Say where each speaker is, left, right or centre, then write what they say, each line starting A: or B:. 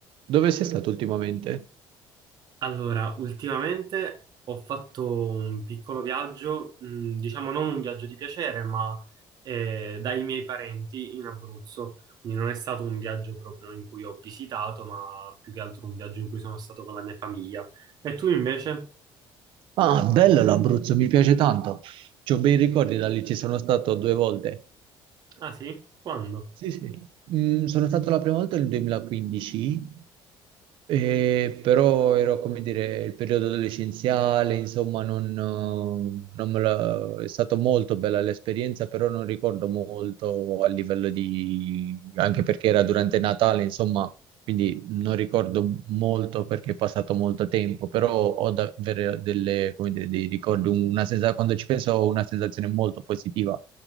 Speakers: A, on the right; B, on the right.
A: Dove sei stato ultimamente?
B: Allora, ultimamente ho fatto un piccolo viaggio, mh, diciamo non un viaggio di piacere, ma eh, dai miei parenti in Abruzzo. Quindi non è stato un viaggio proprio in cui ho visitato, ma più che altro un viaggio in cui sono stato con la mia famiglia. E tu invece?
A: Ah, bello l'Abruzzo, mi piace tanto. C'ho bei ricordi da lì, ci sono stato due volte.
B: Ah sì? Quando?
A: Sì, sì. Mm, sono stato la prima volta nel 2015 E però era come dire il periodo adolescenziale, insomma, non, eh, non me la- è stata molto bella l'esperienza, però non ricordo molto a livello di, anche perché era durante Natale, insomma, quindi non ricordo molto perché è passato molto tempo, però ho davvero delle, come dire, dei ricordi, una sensa- quando ci penso ho una sensazione molto positiva.